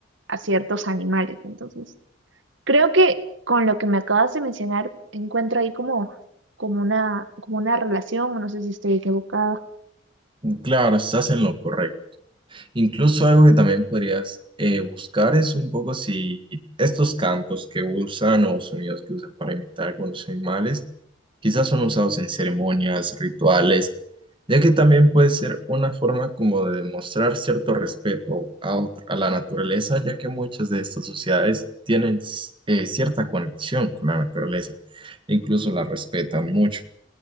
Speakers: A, on the right (about 65°); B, on the right (about 25°).
A: a ciertos animales. Entonces, creo que con lo que me acabas de mencionar, encuentro ahí como, como una, como una relación, o no sé si estoy equivocada.
B: Claro, estás en lo correcto. Incluso algo que también podrías eh, buscar es un poco si estos cantos que usan o sonidos que usan para imitar algunos animales, quizás son usados en ceremonias, rituales, ya que también puede ser una forma como de demostrar cierto respeto a, otro- a la naturaleza, ya que muchas de estas sociedades tienen eh, cierta conexión con la naturaleza, incluso la respetan mucho.